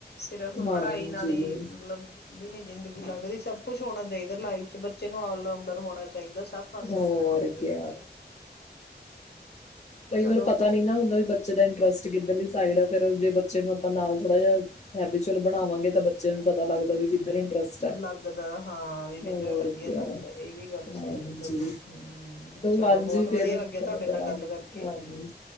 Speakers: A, on the left; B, on the left.
A: ਸਿਰਫ
B: ਹਾਂਜੀ
A: ਪੜ੍ਹਾਈ ਨਾਲ ਹੀ ਮਤਲਬ ਵੀ ਨ ਜ਼ਿੰਦਗੀ ਲੰਘਦੀ ਸਭ ਕੁਛ ਹੋਣਾ ਚਾਹੀਦਾ ਲਾਈਫ ਚ ਬੱਚੇ ਨੂੰ ਆਲਰਾਊਂਡਰ ਹੋਣਾ 'ਚ ਚਾਹੀਦਾ ਸਭ ਪਾਸੇ
B: ਹੋਰ
A: ਹੋਣਾ ਚਾਹੀਦਾ
B: ਕੀ
A: ਵਧੀਆ
B: ਕਈ
A: ਚਲੋ
B: ਵਾਰ ਪਤਾ ਨੀ ਨਾ ਹੁੰਦਾ ਵੀ ਬੱਚੇ ਦਾ ਇੰਟਰਸਟ ਕਿੱਧਰਲੀ ਸਾਈਡ ਹੈ। ਫ਼ਿਰਰ ਜੇ ਬੱਚੇ ਨੂੰ ਆਪਾਂ ਨਾਲ ਥੋੜਾ ਜਿਹਾ ਹੈਬੀਚਲ ਬਣਾਵਾਂਗੇ ਤਾਂ ਬੱਚੇ ਨੂੰ ਪਤਾ ਲੱਗਦਾ ਵੀ ਕਿੱਧਰ ਇੰਟਰਸਟ ਹੈ
A: ਲੱਗਦਾ ਹਾਂ ਵੀ
B: ਹੋਰ
A: ਮੈਨੂੰ ਇਹ ਵਧੀਆ
B: ਕੀ
A: ਲੱਗਦਾ ਇਹ ਵੀ ਗੱਲ
B: ਹਾਂਜੀ
A: ਸਹੀ ਹੈ। ਤੁਹਾਡੀ ਹਮ ਚਲੋ
B: ਹਾਂਜੀ
A: ਬਹੁਤ
B: ਫਿਰ
A: ਵਧੀਆ ਲੱਗਿਆ
B: ਕਦੋਂ
A: ਤੁਹਾਡੇ ਨਾਲ
B: ਕਰਾਂਗੇ
A: ਗੱਲ ਕਰਕੇ
B: ਹਾਂਜੀ